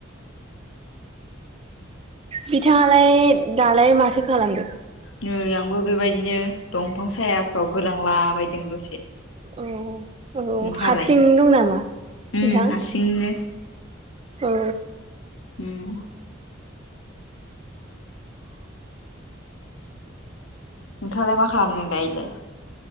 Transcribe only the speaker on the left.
नै आंबो बेबायदिनो दंफां सायाफ्राव गोलांलाबायदों दसे
नोंथाङालाय?
उम हारसिंनो
उम। नोंथांङालाय मा खालामदों दायोलाय?